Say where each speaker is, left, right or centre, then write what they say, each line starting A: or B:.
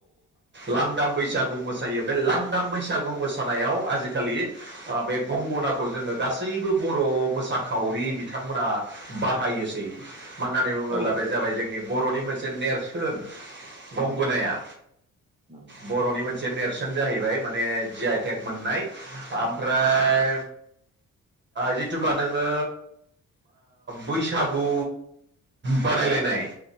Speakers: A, on the right (about 35°); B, on the right (about 20°).
A: लांदां बैसागु मोसा मोसायो बे लांदां बैसागु मोसानायाव आजिखालि ओ बे गंगनाखौ जोंङो गासैबो बर' मोसाखावरि बिथांमोनहा बाहायोसै। मा होननानै बुंङोब्ला
B: औ
A: बे जाबाय जोंनि बर'नि मोनसे नेरसोन। गंगोनाया
B: नंगौ औ
A: बर'नि मोन मोनसे नेरसोन जाहैबाय माने जि आइ टेक मोननाय ओमफ्राय जिथुब्ला नोंङो बैसागु बादायलायनाय